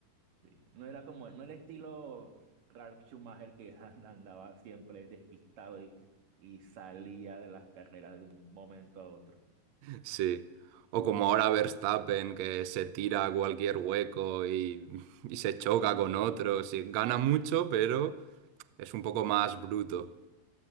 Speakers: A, on the right; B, on the right.
A: Sí. No era como, no era estilo Ralf Schumacher que <laughs> andaba siempre despistado y, y salía de las carreras de un momento a otro.
B: Sí. O como ahora Verstappen, que se tira a cualquier hueco y, y se choca con otros. Y gana mucho, pero es un poco más bruto.